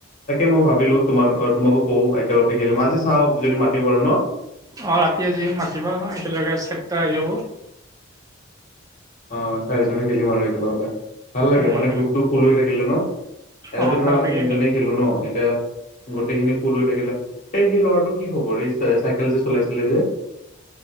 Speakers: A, on the left; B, on the right.
A: তাকে মই ভাবিলোঁ! তোমাৰ তোমাকো কওঁ একেলগতে খেলিম আজি চাওঁ যদি মাতিব পাৰো ন
B: অ', ৰাতি আজি মাতিবা! একেলগে চেপটা আহি যাব!
A: অ', চাৰিজনে খেলিম আৰু একেলগতে ভাল লাগে
B: উম,
A: মানে গ্ৰুপটো ফুল হৈ থাকিলে ন এনেতো
B: অ',
A: ধৰা
B: ভাল
A: আমি
B: লাগে
A: তিনজনেই খেলোঁ! ন এতিয়া গোটেইখিনি ফুল হৈ থাকিলে এই সেই ল'ৰাটো কি খবৰ এই চে চাই চাইকেল যে চলাইছিলে যে